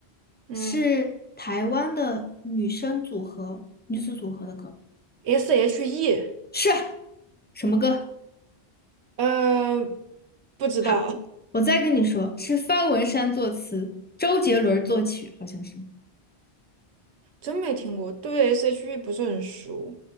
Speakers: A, on the right (about 80°); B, on the left (about 15°).
A: 嗯
B: 是台湾的女生组合、女子组合的歌，
A: ，SHE，
B: 是什么歌？
A: 呃，不知道，
B: 好，我再跟你说，是方文山作词，周杰伦作曲，好像是。
A: 真没听过，对 SHE 不是很熟。